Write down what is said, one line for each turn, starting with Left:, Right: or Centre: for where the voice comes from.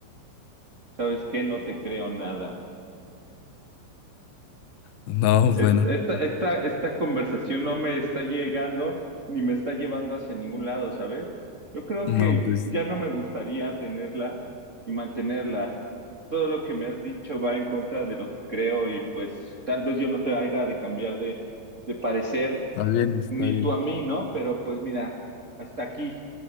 Right: ¿sabes qué? No te creo nada.
Left: No,
Right: Es-
Left: bueno,
Right: Esta, esta, esta conversación no me está llegando ni me está llevando hacia ningún lado, ¿sabes? Yo creo
Left: no,
Right: que
Left: pues
Right: ya no me gustaría tenerla y mantenerla. Todo lo que me has dicho va en contra de lo que creo y pues tal vez yo no te haga de cambiar de, de parecer,
Left: está bien, está
Right: ni
Left: bien.
Right: tú a mí, ¿no? Pero pues mira, hasta aquí.